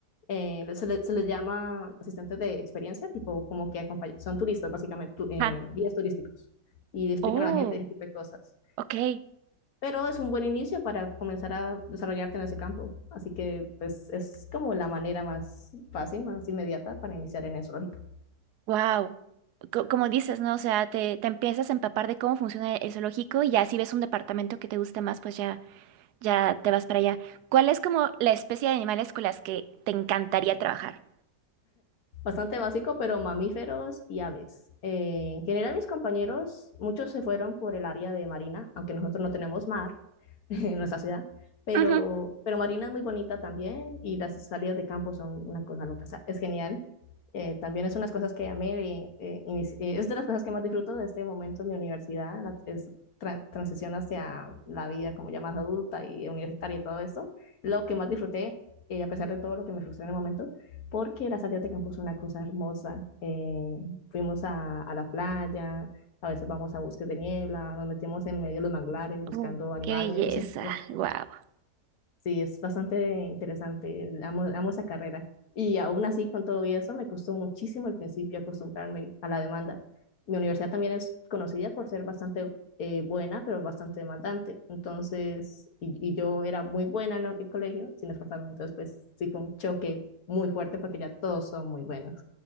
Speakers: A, on the left (about 70°); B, on the right (about 85°).
A: eh, se, le- se les llama asistentes de experiencia, tipo como que acompañ- son turistas, básicamente, tu- eh,
B: ajá.
A: guías turísticos, y explican
B: Oh.
A: a la gente ese tipo de cosas.
B: Ok,
A: Pero es un buen inicio para comenzar a desarrollarte en ese campo, así que pues es como la manera más fácil, más inmediata para iniciar en el zoológico.
B: wow. Como dices, ¿no? O sea, te, te empiezas a empapar de cómo funciona el zoológico y ya si ves un departamento que te guste más, pues ya, ya te vas para allá. ¿Cuál es como la especie de animales con las que te encantaría trabajar?
A: bastante básico, pero mamíferos y aves. Eh, en general, mis compañeros, muchos se fueron por el área de marina, aunque nosotros no tenemos mar. <laughs> en nuestra ciudad. Pero,
B: Ujú.
A: pero Marina es muy bonita también y las salidas de campo son una cosa loca. o sea, es genial. Eh, también es unas cosas que amé de, eh, inici- eh, es de las cosas que más disfruto de este momento en mi universidad, la es tra- transición hacia la vida como ya más adulta y universitaria y todo esto. Lo que más disfruté, eh, a pesar de todo lo que me frustró en el momento, porque las salidas de campo son una cosa hermosa. Eh, fuimos a, a la playa, a veces vamos a bosques de niebla, nos metemos en medio de los manglares buscando
B: Uh,
A: animales.
B: qué belleza,
A: O sea, <laughs>
B: wow.
A: sí, es bastante interesante, amo, amo esa carrera. Y aún así, con todo y eso, me costó muchísimo al principio acostumbrarme a la demanda. Mi universidad también es conocida por ser bastante eh, buena, pero bastante demandante. Entonces, y, y, yo era muy buena en la- el colegio, sin esforzarme. Entonces, pues sí fue un choque muy fuerte porque ya todos son muy buenos.